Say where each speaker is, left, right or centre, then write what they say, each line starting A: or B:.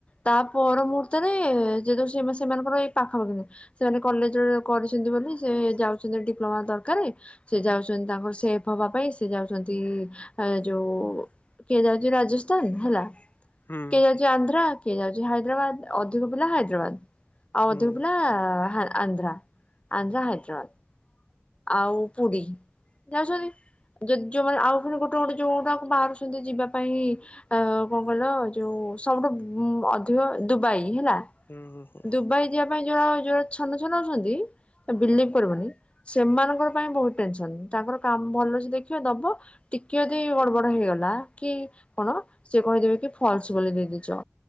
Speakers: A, on the left (about 25°); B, on the left (about 50°).
A: ତା ପର ମୁହୂର୍ତ୍ତରେ ଯେତ ସେମାନଙ୍କର ଏଇ ପାଖାପାଖି ନି ସେମାନେ କଲେଜରେ କରିଛନ୍ତି ବୋଲି ସେ ଯାଉଛନ୍ତି ଡିପ୍ଲୋମା ଦରକାରେ ସେ ଯାଉଛନ୍ତି ତାଙ୍କର ସେପ ମୋ ବାପା ଏସି ଯାଉଛନ୍ତି ଯୋଉ କିଏ ଯାଉଛି ରାଜସ୍ଥାନ ହେଲା?
B: ହୁଁ ହୁଁ ହୁଁ
A: କିଏ ଯାଉଛି ଆନ୍ଧ୍ରା କିଏ ଯାଉଛି ହାଇଦ୍ରାବାଦ ଅଧିକ ପିଲା ହାଇଦ୍ରାବାଦ ଆଉ
B: ହୁଁ
A: ଅଧିକ ପିଲା ହା ଆନ୍ଧ୍ରା ଆନ୍ଧ୍ରା ହାଇଦ୍ରାବାଦ୍ ଆଉ ପୁରୀ ଯାଉଛନ୍ତି ଯଦି ଯୋଉ ମାନେ ଆଉ ଗୋଟେ ଗୋଟେ ଯୋଉଟାକୁ ବାହାରୁଛନ୍ତି ଯିବା ପାଇଁ ଆ କଣ କହିଲ ଯୋଉ ସବୁଠୁ ଅଧିକ ଦୁବାଇ ହେଲା।
B: ହୁଁ ହୁଁ ହୁଁ
A: ଦୁବାଇ ଯିବା ପାଇଁ ଯ ଯୋଉ ଗୁରା ଛନ ଛନ ହଉଛନ୍ତି ତ ବିଲିଭ କରିବନି ସେମାନଙ୍କର ପାଇଁ ବହୁତ ଟେନସନ ତାଙ୍କର କାମ ଭଲ ସେ ଦେଖିବ ଦବ ଟିକିଏ ଯଦି ଗଡବଡ ହେଇଗଲା କି କଣ ସିଏ କହି ଦେବେ କି ଫଲ୍ସ ବୋଲି ଦେଇଦେଇଚ।